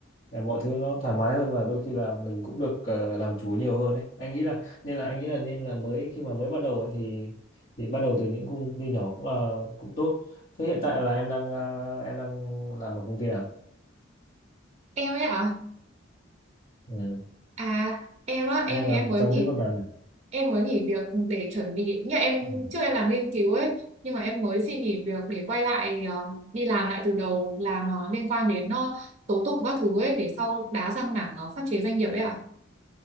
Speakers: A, on the left (about 50°); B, on the right (about 35°).
A: là mọi thứ nó thoải mái hơn và đôi khi là mình cũng được ờ, làm chủ nhiều hơn đấy anh nghĩ là nên là anh nghĩ là nên là mới khi mà mới bắt đầu ấy thì thì bắt đầu từ những công ty nhỏ cũng là cũng tốt thế hiện tại là em đang ờ, em đang làm ở công ty nào
B: em ấy ạ
A: ừ.
B: À em á
A: em
B: em
A: đang
B: thì
A: làm
B: em mới
A: trong
B: nghỉ
A: lĩnh vực nào nhỉ?
B: em mới nghỉ việc để chuẩn bị như em
A: Ừ.
B: trước em làm nghiên cứu ấy nhưng mà em mới xin nghỉ việc để quay lại ờ, đi làm lại từ đầu làm ờ, liên quan đến ờ, tố tụng các thứ ấy để sau đá sang mảng ờ, pháp chế doanh nghiệp ấy ạ